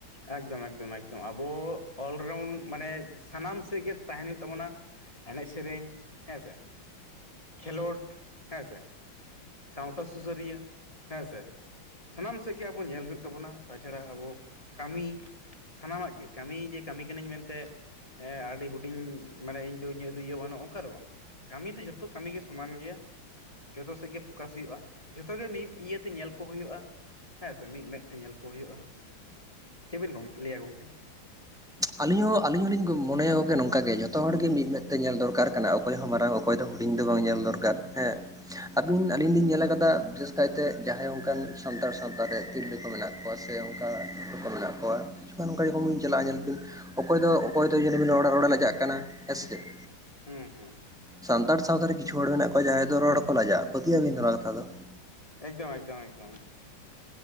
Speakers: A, on the left (about 15°); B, in the centre.
A: ᱮᱠᱫᱚᱢ ᱮᱠᱫᱚᱢ ᱮᱠᱫᱚᱢ ᱟᱵᱚ ᱚᱞᱨᱟᱣᱩᱱᱰ ᱢᱟᱱᱮ ᱥᱟᱱᱟᱢ ᱥᱮᱫ ᱜᱮᱼᱼ ᱛᱟᱦᱮᱱ ᱞᱮᱱ ᱛᱟᱵᱚᱱᱟ ᱮᱱᱮᱡ ᱥᱮᱨᱮᱧ ᱦᱮᱸ ᱥᱮ ᱠᱷᱮᱞᱳᱰ ᱦᱮᱸ ᱥᱮᱼᱼ ᱥᱟᱶᱛᱟ ᱥᱩᱥᱟᱹᱨᱤᱭᱟᱹ ᱦᱮᱸ ᱥᱮ ᱼᱼ ᱥᱟᱱᱟᱢ ᱥᱮᱫ ᱜᱮ ᱟᱵᱚ ᱧᱮᱞ ᱦᱩᱭᱩᱜ ᱛᱟᱵᱚᱱᱟ, ᱛᱟᱪᱷᱟᱲᱟ ᱟᱵᱚ ᱠᱟᱹᱢᱤᱼᱼ ᱥᱟᱱᱟᱢᱟᱜ ᱜᱮ ᱠᱟᱹᱢᱤ ᱡᱮ ᱠᱟᱹᱢᱤ ᱠᱟᱹᱱᱟᱹᱧ ᱢᱮᱱᱛᱮᱼᱼ ᱦᱮᱸ ᱟᱹᱰᱤ ᱦᱩᱰᱤᱧ ᱢᱟᱱᱮ ᱤᱧ ᱫᱚ ᱤᱧᱟᱹᱜ ᱫᱚ ᱤᱭᱟᱹ ᱵᱟᱹᱱᱩᱜᱼᱟ ᱚᱱᱠᱟ ᱫᱚ ᱵᱟᱝᱟ ᱾ ᱠᱟᱹᱢᱤ ᱫᱚ ᱡᱚᱛᱚ ᱠᱟᱹᱢᱤᱜᱮ ᱥᱚᱢᱟᱱ ᱜᱮᱭᱟ ᱡᱷᱚᱛᱚ ᱥᱮᱫ ᱜᱮᱼᱼ ᱯᱷᱳᱠᱟᱥ ᱦᱩᱭᱩᱜᱼᱟ, ᱡᱷᱚᱛᱚ ᱜᱮ ᱢᱤᱫ ᱤᱭᱟᱹᱛᱮ ᱧᱮᱞ ᱠᱚ ᱦᱩᱭᱩᱜᱼᱟ ᱾ ᱦᱮᱸᱥᱮ ᱢᱤᱫ ᱢᱮᱫ ᱛᱮ ᱧᱮᱞ ᱠᱚ ᱦᱩᱭᱩᱜᱼᱟ ᱪᱮᱵᱤᱱ ᱜᱚᱝ ᱞᱟᱹᱭᱟ ᱜᱚᱝᱠᱮ ᱾
B: ᱟᱹᱞᱤᱧ ᱦᱚᱸ ᱟᱹᱞᱤᱧ ᱦᱚᱞᱤᱧ ᱢᱚᱱᱮᱭᱟᱜᱮ ᱱᱚᱝᱠᱟ ᱜᱮ ᱡᱚᱛᱚ ᱦᱚᱲ ᱜᱮ ᱢᱤᱫ ᱢᱮᱫ ᱛᱮ ᱧᱮᱞ ᱫᱚᱨᱠᱟᱨ ᱠᱟᱱᱟ ᱚᱠᱚᱭ ᱦᱚᱸ ᱢᱟᱨᱟᱝ ᱚᱠᱛᱼᱼ ᱚᱠᱚᱭ ᱫᱚ ᱦᱩᱰᱤᱧ ᱫᱚ ᱵᱟᱝ ᱧᱮᱞ ᱫᱚᱨᱠᱟᱨ ᱦᱮᱸ ᱾ ᱟᱹᱵᱤᱱ ᱟᱞᱤᱧ ᱞᱤᱧ ᱧᱮᱞ ᱞᱟᱠᱟᱫᱟ ᱵᱤᱥᱮᱥ ᱠᱟᱭᱛᱮ ᱡᱟᱦᱟᱸᱭ ᱚᱱᱠᱟᱱ ᱥᱟᱱᱛᱟᱲ ᱥᱟᱶᱛᱟᱨ ᱨᱮ ᱛᱤᱨᱞᱟᱹ ᱠᱚ ᱢᱮᱱᱟᱜ ᱠᱚᱣᱟᱼᱼ ᱠᱚᱣᱟ ᱥᱮ ᱚᱱᱠᱟ ᱠᱚ ᱢᱮᱱᱟᱜ ᱠᱚᱣᱟ ᱠᱤᱪᱷᱩᱜᱟᱱ ᱚᱱᱠᱟ ᱡᱚᱠᱷᱚᱱ ᱵᱤᱱ ᱪᱟᱞᱟᱜᱼᱟ ᱧᱮᱞ ᱵᱤᱱᱼᱼ ᱚᱠᱚᱭ ᱫᱚ ᱚᱠᱚᱭ ᱫᱚ ᱧᱮᱞᱮᱵᱤᱱ ᱦᱚᱲᱟᱜ ᱨᱚᱲᱮ ᱞᱟᱡᱟᱜ ᱠᱟᱱᱟ ᱦᱮᱸᱥᱮ ᱾
A: ᱦᱩᱸ ᱦᱩᱸ ᱾
B: ᱥᱟᱱᱛᱟᱲ ᱥᱟᱶᱛᱟ ᱨᱮ ᱠᱤᱪᱷᱩ ᱦᱚᱲ ᱢᱮᱱᱟᱜ ᱠᱚᱣᱟ ᱡᱟᱦᱟᱸᱭ ᱫᱚ ᱨᱚᱲ ᱠᱚ ᱞᱟᱡᱟᱜᱼᱟ, ᱯᱟᱹᱛᱭᱟᱹ ᱟᱵᱤᱱ ᱚᱱᱟ ᱠᱟᱛᱷᱟ ᱫᱚ ᱾
A: ᱮᱠᱫᱚᱢ ᱮᱠᱫᱚᱢ ᱮᱠᱫᱚᱢ ᱾